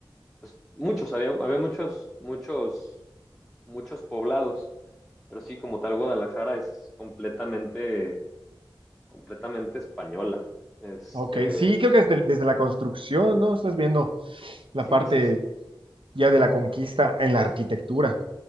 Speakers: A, in the centre; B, on the right.
A: pues, muchos, había, había muchos, muchos, muchos poblados, pero sí, como tal, Guadalajara es completamente, completamente española. Este,
B: Ok, sí, creo que desde, desde la construcción, ¿no? Estás viendo la
A: sí,
B: parte
A: sí, sí,
B: ya de la conquista en la arquitectura.